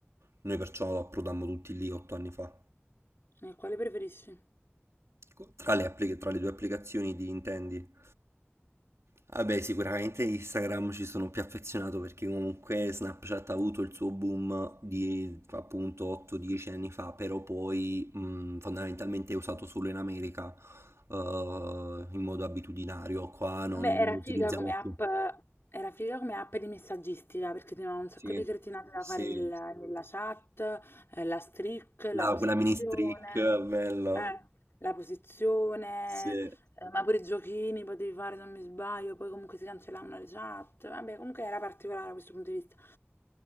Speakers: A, on the right; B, on the left.
A: Noi perciò approdammo tutti lì otto anni fa.
B: Eh, Quale preferisci?
A: Co- Tra le, appli- tra le due applicazioni di intendi? Vabbè, sicuramente Instagram ci sono più affezionato perché comunque Snapchat ha avuto il suo boom di appunto 8-10 anni fa, però poi mh, fondamentalmente è usato solo in America eh, in modo abitudinario, qua non
B: Beh,
A: lo
B: era
A: utilizziamo
B: figa come app,
A: più.
B: era figa come app di messaggistica perché ti un sacco
A: Sì,
B: di cretinate da
A: sì.
B: fare nel- nella chat, eh, la streak,
A: La,
B: la posizione,
A: quella mini streak, bello.
B: eh, la posizione,
A: Sì.
B: Eh, ma pure i giochini potevi fare se non mi sbaglio, poi comunque si cancellavano le chat. Vabbè, comunque era particolare da questo punto di vista.